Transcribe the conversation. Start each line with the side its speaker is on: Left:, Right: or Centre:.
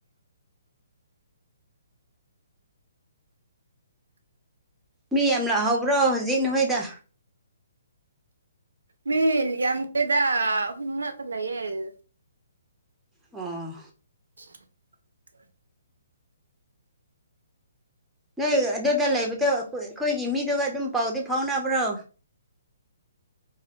Centre: ꯃꯤ ꯌꯥꯝ ꯂꯥꯛꯍꯧꯕ꯭ꯔꯣ ꯍꯧꯖꯤꯛ ꯅꯈꯣꯏꯗ
Right: ꯃꯤꯜ ꯌꯥꯝꯗꯦꯗ ꯑꯍꯨꯝ ꯉꯥꯛꯇ ꯂꯩꯌꯦ
Centre: ꯑꯣꯥ
Right: <inaudible>
Centre: ꯅꯣꯏ ꯑꯗꯨꯗ ꯂꯩꯕꯗꯣ ꯑꯩꯈꯣꯏꯒꯤ ꯃꯤꯗꯨꯒ ꯑꯗꯨꯝ ꯄꯥꯎꯗꯤ ꯐꯥꯎꯅꯕ꯭ꯔꯣ